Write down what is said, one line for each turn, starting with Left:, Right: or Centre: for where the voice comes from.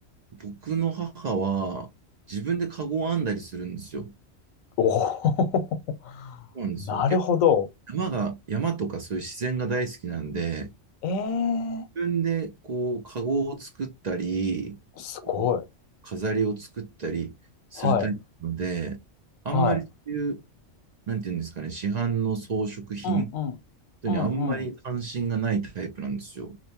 Right: 僕の母は自分でカゴを編んだりするんですよ。そ
Left: おお
Right: うなんですよ。
Left: ーなるほど。
Right: 結構山が、山とかそういう自然が大好きなんで、
Left: ええ
Right: 自分でこう、カゴを作ったり、
Left: ーすごい。
Right: こう、飾りを作ったりするタイプなので、
Left: はい、
Right: あんまりそういう、
Left: はい。
Right: なんていうんですかね、市販の装飾品
Left: うんうん。
Right: とにあんまり関心がないタイプなんですよ。
Left: うんうん。